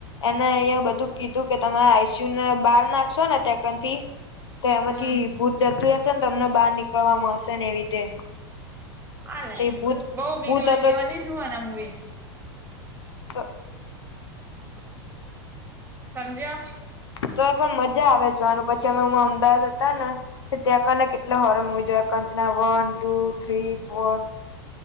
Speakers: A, on the left; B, on the right.
A: એને અયા બધું કીધું કે તમે આઈ સી યુ ને બહાર નાખશો ને તેકથી તો એમાંથી
B: હમ
A: ભૂત જતી હશે ને તો તમને બહાર નીકળવા મળશે ને એવી રીતે.
B: હાલેે
A: તે ભૂત
B: બઉ બીક
A: ભૂત
B: લાગેવા
A: હતો
B: ની જોવાના મુવી.
A: તો.
B: સમજ્યા.
A: તો પણ મજા આવે જોવાનું પછી અમે હ અમદાવાદ હતા ને ત્યાં કનેકે એટલા હોરમ હો જો Kanchana one two three four